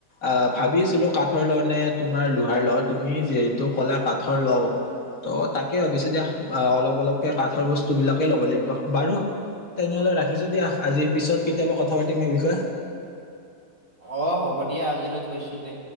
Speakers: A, on the left; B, on the right.
A: আহ। ভাবিছিলো কাঠৰ লওঁ নে তোমাৰ লোহাৰ লওঁ তুমি যিহেতু কলা কাঠৰ লওঁ। ত' তাকে ভাবিছো দিয়া অলপ অলপকে কাঠৰ বস্তু বিলাকে ল'ব লাগিব বাৰু। তেনেহ'লে ৰাখিছোঁ দিয়া আজি পিছত কেতিয়াবা কথা পাতিম এই বিষয়ে।
B: অ হ'ব দিয়া আজিলৈ থৈছো দে।